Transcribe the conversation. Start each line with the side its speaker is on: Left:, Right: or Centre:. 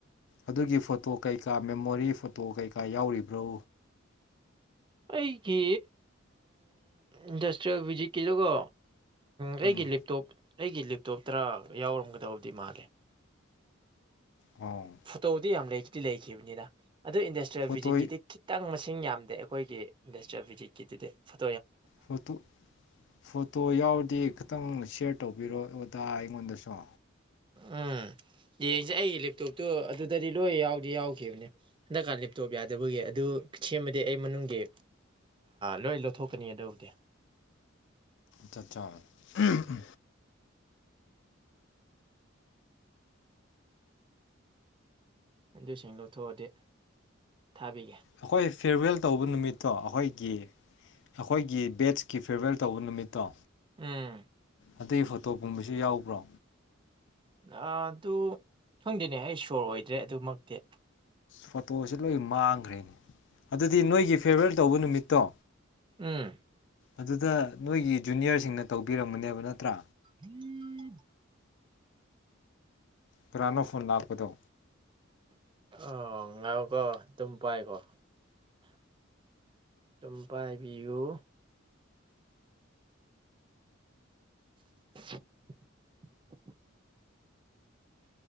Left: ꯑꯗꯨꯒꯤ ꯐꯣꯇꯣ ꯀꯩ-ꯀꯥ ꯃꯦꯃꯣꯔꯤ ꯐꯣꯇꯣ ꯀꯩ-ꯀꯥ ꯌꯥꯎꯔꯤꯕ꯭ꯔꯣ
Right: ꯑꯩꯒꯤ ꯏꯟꯗꯁꯇ꯭ꯔꯤꯌꯦꯜ ꯚꯨꯖꯤꯠꯀꯤꯗꯨꯒ ꯑꯩꯒꯤ
Left: ꯎꯝ
Right: ꯂꯦꯞꯇꯣꯞ ꯑꯩꯒꯤ ꯂꯦꯞꯇꯣꯞꯇꯔ ꯌꯥꯎꯔꯝꯒꯗꯕꯗꯤ ꯃꯥꯜꯂꯤ
Left: ꯑꯣ
Right: ꯐꯣꯇꯣꯗꯤ ꯌꯥꯝ ꯂꯩꯗꯤ ꯂꯩꯈꯤꯕꯅꯤꯗ ꯑꯗꯨ ꯏꯟꯗꯁꯇ꯭ꯔꯤꯌꯦꯜ
Left: ꯐꯣꯇꯣ
Right: ꯚꯤꯖꯤꯠꯀꯤꯗꯤ ꯈꯤꯇꯪ ꯃꯁꯤꯡ ꯌꯥꯝ ꯗꯦ ꯑꯩꯈꯣꯏꯒꯤꯗꯨꯗꯤ ꯏꯟꯗꯁꯇ꯭ꯔꯤꯌꯦꯜ ꯕꯤꯖꯤꯠꯀꯤꯗꯨꯗꯤ ꯐꯠꯇ
Left: ꯐꯣꯇꯣ ꯐꯣꯇꯣ ꯌꯥꯎꯔꯗꯤ ꯈꯤꯇꯪ ꯁꯤꯌꯥꯔ ꯇꯧꯕꯤꯔꯣ ꯗ ꯑꯩꯉꯣꯟꯗꯁꯨ
Right: ꯎꯝ ꯌꯦꯡꯁꯤ ꯑꯩꯒꯤ ꯂꯦꯞꯇꯣꯞꯇꯣ ꯑꯗꯨꯗꯗꯤ ꯂꯣꯏ ꯌꯥꯎꯗꯤ ꯌꯥꯎꯒꯤꯕꯅꯤ ꯍꯟꯗꯛꯀꯥꯟ ꯂꯦꯞꯇꯣꯞ ꯌꯥꯗꯕꯒꯤ ꯑꯗꯨ ꯁꯦꯝꯃꯗꯤ ꯑꯩ ꯃꯅꯨꯡꯒꯤ ꯂꯣꯏ ꯂꯧꯊꯣꯛꯀꯅꯤ ꯑꯗꯨꯕꯨꯗꯤ
Left: ꯆꯥꯛ ꯆꯥꯔꯕꯣ ꯎꯨꯍꯍ
Right: ꯑꯗꯨ ꯁꯦꯜ ꯂꯧꯊꯣꯛꯑꯗꯤ ꯊꯥꯕꯤꯒꯦ
Left: ꯑꯩꯈꯣꯏ ꯐꯦꯌꯥꯔꯋꯦꯜ ꯇꯧꯕ ꯅꯨꯃꯤꯠꯇꯣ ꯑꯩꯈꯣꯏꯒꯤ ꯑꯩꯈꯣꯏꯒꯤ ꯕꯦꯠꯁꯀꯤ ꯐꯤꯌꯥꯔꯋꯦꯜ ꯇꯧꯕ ꯅꯨꯃꯤꯠꯇꯣ
Right: ꯎꯨꯝ
Left: ꯑꯗꯨꯒꯤ ꯐꯣꯇꯣ ꯒꯨꯝꯕꯁꯨ ꯌꯥꯎꯕ꯭ꯔꯣ
Right: ꯑꯗꯨ ꯈꯪꯗꯦꯅꯦ ꯑꯩ ꯁꯤꯌꯣꯔ ꯑꯣꯏꯗ꯭ꯔꯦ ꯑꯗꯨꯃꯛꯇꯤ
Left: ꯐꯣꯇꯣꯁꯨ ꯂꯣꯏ ꯃꯥꯡꯈ꯭ꯔꯦꯅꯦ ꯑꯗꯨꯗꯤ ꯅꯣꯏꯒꯤ ꯐꯤꯌꯥꯋꯦꯜ ꯇꯧꯕ ꯅꯨꯃꯤꯠ ꯇꯣ
Right: ꯎꯨꯝ
Left: ꯑꯗꯨꯗ ꯅꯣꯏꯒꯤ ꯖꯨꯅꯤꯌꯔꯁꯤꯡꯅ ꯇꯧꯕꯤꯔꯝꯒꯅꯦꯕ ꯅꯠꯇ꯭ꯔꯥ
Right: ꯍꯨꯝꯍ
Left: ꯀꯅꯥꯅꯣ ꯐꯣꯟ ꯂ ꯄꯗꯣ
Right: ꯑ ꯉꯥꯏꯈꯣꯀꯣ ꯑꯗꯨꯝ ꯄꯥꯏꯀꯣ ꯑꯗꯨꯝ ꯄꯥꯏꯕꯤꯌꯨ <inaudible>